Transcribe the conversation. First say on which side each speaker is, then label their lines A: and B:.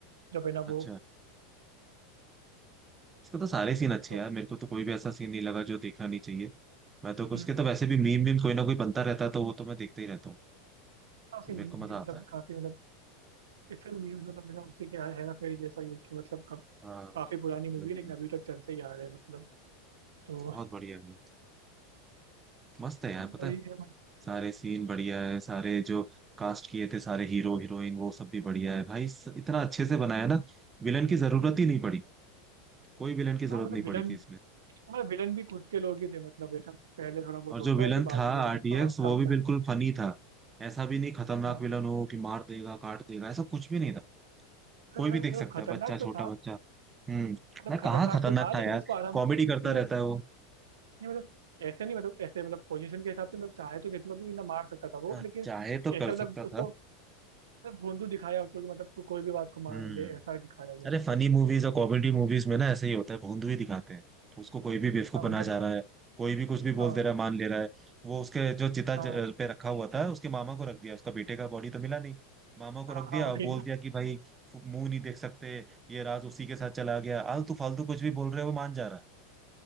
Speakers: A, on the right (about 75°); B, on the right (about 20°).
A: जब है ना
B: अच्छा
A: वो
B: इसको तो सारे सीन अच्छे
A: तो
B: हैं यार मेरे को तो कोई भी ऐसा सीन नहीं लगा जो देखना नहीं चाहिए मैं तो
A: हम्म
B: उसके तो वैसे भी मीम मीम कोई ना कोई बनता रहता है तो वो तो मैं देखते ही रहता हूँ
A: हाँ, उसकी
B: तो मेरे
A: म्यूजिक
B: को मजा
A: भी
B: आता
A: मतलब
B: है
A: काफी मतलब इसका न्यूज मतलब है ना उसी के हेरा फेरी जैसा ही है कि मतलब कब
B: हाँ वही,
A: काफी पुरानी मूवी है लेकिन अभी तक चलते ही आ रहे हैं मतलब तो
B: बहुत बढ़िया है मस्त है यार पता
A: वही
B: है
A: है मतलब
B: सारे सीन बढ़िया है सारे जो कास्ट किए थे सारे हीरो हीरोइन वो सब भी बढ़िया है भाई स- इतना अच्छे से बनाया ना विलन की जरूरत ही नहीं पड़ी कोई विलन की जरूरत
A: हाँ मतलब
B: नहीं पड़ी
A: विलन
B: थी इसमें
A: मतलब विलन भी खुद के लोग ही थे मतलब ऐसा पहले थोड़ा बहुत
B: और
A: होता
B: जो विलन
A: है फिर बाद
B: था
A: में
B: आरटीएक्स
A: आ, साथ
B: वो भी
A: में
B: बिल्कुल
A: आया।
B: फनी था ऐसा भी नहीं खतरनाक
A: हाँ
B: विलन हो कि मार देगा काट देगा ऐसा कुछ भी नहीं था कोई
A: मतलब ऐसा-
B: भी देख
A: मतलब
B: सकता
A: खतरनाक
B: है बच्चा छोटा
A: तो था
B: बच्चा हम्म
A: मतलब
B: ना
A: खतरनाक
B: कहाँ खतरनाक
A: तो था लेकिन
B: था यार
A: उसको आराम
B: कॉमेडी
A: नहीं
B: करता
A: मतलब
B: रहता है वो
A: नहीं मतलब ऐसे नहीं मतलब ऐसे मतलब पोजीशन के हिसाब से मतलब चाहे तो किसी को भी ना मार सकता था वो
B: हाँ,
A: लेकिन
B: चाहे तो
A: ऐसा
B: कर
A: मतलब
B: सकता था
A: उसको मतलब भोंदू दिखाया उसको कि मतलब को, कोई भी बात को मान
B: हम्म
A: ले ऐसा दिखाया गया
B: अरे
A: मतलब
B: फनी मूवीज और कॉमेडी मूवीज में ना ऐसे ही होता है भोंदू ही दिखाते हैं उसको कोई भी बेवकूफ
A: हाँ
B: बना
A: मतलब
B: जा रहा है कोई भी कुछ भी
A: हाँ
B: बोल दे रहा है मान ले रहा है वो उसके जो चिता
A: हाँ
B: ज- पे रखा हुआ था उसके मामा को रख दिया उसका बेटे का बॉडी तो मिला नहीं मामा को
A: हाँ
B: रख दिया
A: हाँ वही
B: और बोल
A: तो
B: दिया कि भाई फु- मुंह नहीं देख सकते ये राज उसी के साथ चला गया आलतू फालतू कुछ भी बोल रहे हो वो मान जा रहा